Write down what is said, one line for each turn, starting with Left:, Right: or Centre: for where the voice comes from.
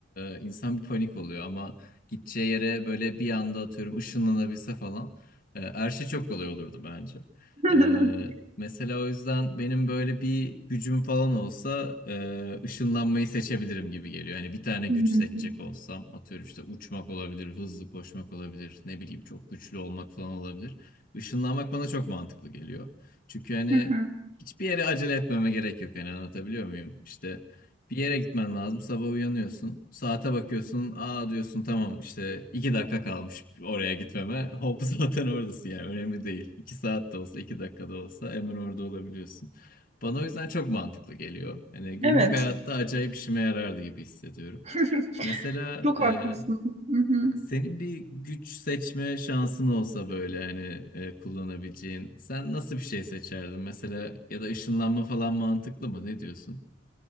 Left: E, insan bir panik oluyor ama gideceği yere böyle bir anda atıyorum ışınlanabilse falan. E, her şey çok kolay olurdu bence.
Right: <laughs>
Left: E, Mesela o yüzden benim böyle bir gücüm falan olsa e, ışınlanmayı seçebilirim gibi geliyor. Hani bir tane güç
Right: Hmm.
Left: seçecek olsam atıyorum işte uçmak olabilir, hızlı koşmak olabilir, ne bileyim çok güçlü olmak falan olabilir. Işınlanmak bana çok mantıklı geliyor. Çünkü hani
Right: Hı hı.
Left: hiçbir yere acele etmeme gerek yok. Hani anlatabiliyor muyum? İşte bir yere gitmen lazım. Sabah uyanıyorsun. Saate bakıyorsun. Aa diyorsun tamam işte iki dakika kalmış oraya gitmeme. Hop <laughs> zaten oradasın yani önemli değil. iki saat de olsa iki dakika da olsa hemen orada olabiliyorsun. Bana o yüzden çok mantıklı geliyor. Hani günlük
Right: Evet.
Left: hayatta acayip işime yarardı gibi hissediyorum.
Right: <laughs>
Left: Mesela
Right: Çok
Left: e,
Right: haklısın. Hı hı.
Left: senin bir güç seçme şansın olsa böyle hani e, kullanabileceğin. Sen nasıl bir şey seçerdin? Mesela ya da ışınlanma falan mantıklı mı? Ne diyorsun?